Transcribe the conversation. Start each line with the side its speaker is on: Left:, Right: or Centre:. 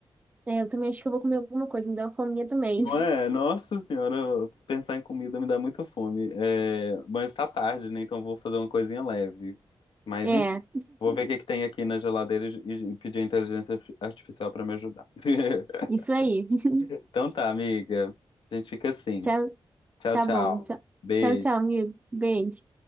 Right: É, eu também acho que eu vou comer alguma coisa, me deu uma fominha também.
Left: Não é? Nossa senhora, pensar em comida me dá muita fome. É, mas tá tarde, né? Então vou fazer uma coisinha leve. Mas
Right: É.
Left: enfim, vou ver o que é que tem aqui na geladeira e e pedir a inteligência artificial pra me ajudar. <laughs>
Right: Isso aí. <laughs>
Left: Então tá, amiga. A gente fica assim.
Right: Tchau,
Left: Tchau,
Right: tá
Left: tchau.
Right: bom. Tchau,
Left: Beijo.
Right: tchau, tchau, amigo. Beijo.